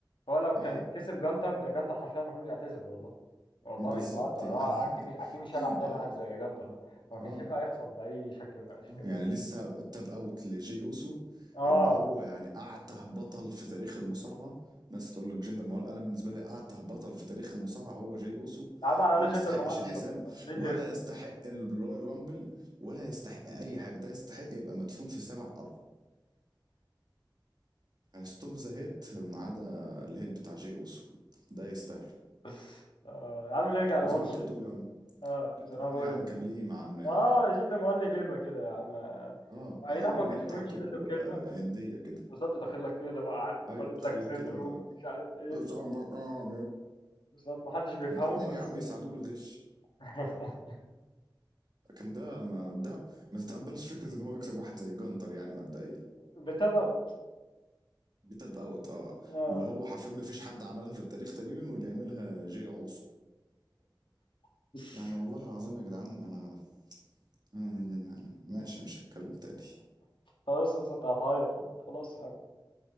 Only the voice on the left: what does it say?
هو لو كان
كسب جانتر ده جانتر حرفيا المفروض يعتزل والله والله
مش بهزر
هو اكيد مش اكيد مش
هيلعب تاني
واحد زي جانتر ده هو ما
كانش ينفع يخسر باي شكل من الاشكال
اه
يا عم على
الاقل
جنتر مان
ليه
هيبه
<laughs> آه يا عم نرجع لماتش
اه
زي ما أنا
بقول
ايه
اه
جنتر مان ليه هيبه كده يا عم
اي نعم
ما بتفهمش
منه كلمه
بس
بالظبط داخل لك كده بقى عارف
فارد
لك
صدره
ومش عارف ايه ف-
بالظبط ما حدش بيفهمه
بس
<laughs>
بتبوت
آه.
<laughs>
خلاص لسه انت هتعيط والله خلاص يا عم